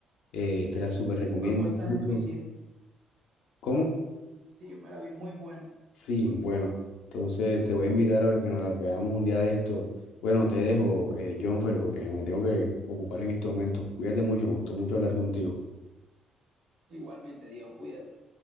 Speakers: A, on the left; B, on the right.
A: Eh, te la súper recomiendo
B: Propuesta
A: mucho.
B: año bisiesto.
A: ¿Cómo?
B: Sí, yo me la vi muy buena.
A: Sí, bueno, entonces te voy a invitar a que nos la veamos un día de esto. Bueno, te dejo, eh, Jonfer, porque me tengo que ocupar en este momento. Cuídate mucho, me gustó mucho hablar contigo.
B: Igualmente, Diego, cuídate.